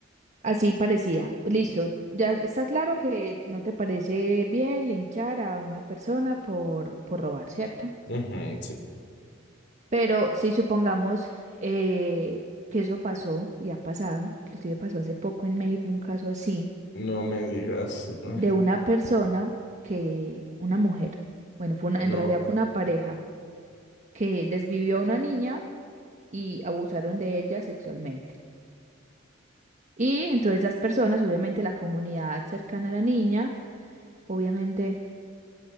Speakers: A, on the right (about 35°); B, on the left (about 55°).
A: Así parecía. Listo. Ya está claro que no te parece bien linchar a una persona por, por robar, ¿cierto?
B: Ujú, sí.
A: Pero si supongamos eh, que eso pasó y ha pasado, inclusive pasó hace poco en México un caso así,
B: No me digas. Ay,
A: de una persona que, una mujer, bueno, fue una,
B: No.
A: en realidad fue una pareja que desvivió a una niña y abusaron de ella sexualmente. Y entonces las personas, obviamente la comunidad cercana a la niña, obviamente